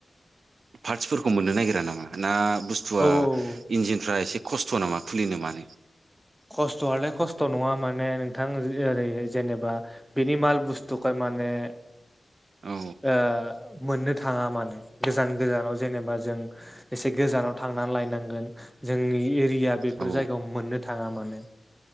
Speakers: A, on the right (about 70°); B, in the centre.
A: पार्टसफोरखौ मोननो नागिरा नामा ना बुस्थुआ
B: औ औ
A: इन्जिनफ्रा एसे खस्थ' नामा खुलिनो मानो।
B: खस्थ'आलाय खस्थ' नङा माने नोंथां ओरै जेनेबा बेनि माल बुस्थुखाय। माने।
A: औ
B: ओ मोननो थाङा माने गोजान गोजानाव जेनेबा जों एसे गोजानाव। थांनानै लायनांगोन जोंनि एरिया बेफोर
A: औ
B: जायगायाव मोननो थाङा मानो।